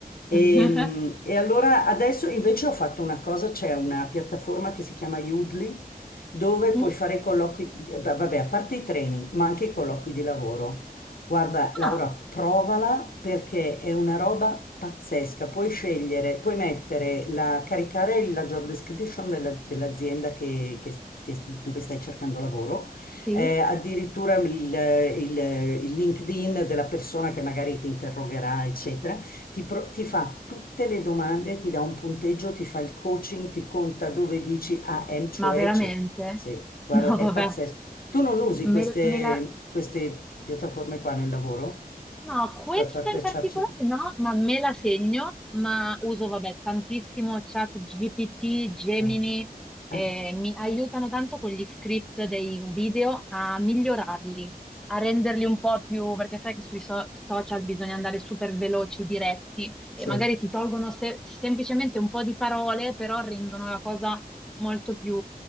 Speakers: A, on the left; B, in the centre.
A: E,
B: <laughs>
A: e allora adesso invece ho fatto una cosa, c'è una piattaforma che si chiama Udly, dove puoi
B: Mm?
A: fare i colloqui, eh, va- vabbè, a parte i training, ma anche i colloqui di lavoro. Guarda, Laura,
B: Ah,
A: provala perché è una roba pazzesca. Puoi scegliere, puoi mettere la, caricare la job description della- dell'azienda che- che- che- dove stai cercando lavoro,
B: sì?
A: eh, addirittura il, il il LinkedIn della persona che magari ti interrogherà, eccetera ti, pro- ti fa tutte le domande, ti dà un punteggio, ti fa il coaching, ti conta dove dici AM, cioè,
B: Ma veramente?
A: eccetera. Sì,
B: <laughs>
A: guarda,
B: No,
A: è
B: vabbè.
A: pazzesco. Tu non usi
B: Me,
A: queste,
B: me la...
A: queste piattaforme qua nel lavoro?
B: No, questa
A: Da parte
B: in particolare
A: ChatGPT?
B: no, ma me la segno, ma uso, vabbè, tantissimo chat GPT, Gemini,
A: No.
B: eh,
A: Ah,
B: mi aiutano tanto con gli script dei video a migliorarli, a renderli un po' più, perché sai che sui so- social bisogna andare super veloci, diretti,
A: sì.
B: e magari ti tolgono se- semplicemente un po' di parole, però rendono la cosa molto più,